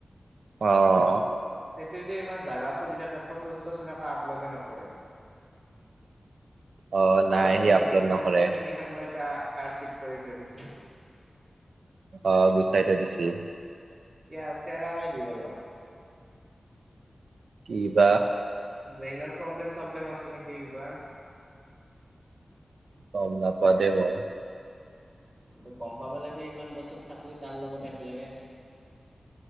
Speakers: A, on the right (about 90°); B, on the right (about 55°).
A: অ'হ।
B: সেইটোৱেই যি ইমান জাগা ফুৰি থাকে ফটো- চটো চোন একো আপলোডে নকৰে।
A: অ নাই
B: আগতে
A: সি
B: যিকিখান
A: আপলোড নকৰে
B: আছিল সেইকেইখন এতিয়া অৰচিফ কৰি থৈ দিছে।
A: অ', গুচাই থৈ দিছি।
B: কীয়া চেৰা নেকি অলপ?
A: কি বা?
B: ব্ৰেইনৰ প্ৰব্লেম- চব্লেম আছে নেকি কিবা।
A: গম নাপাও দেই মই।
B: কিন্তু গম পাব লাগে, ইমান বছৰ থাকলি তাৰ লগত একেলগে।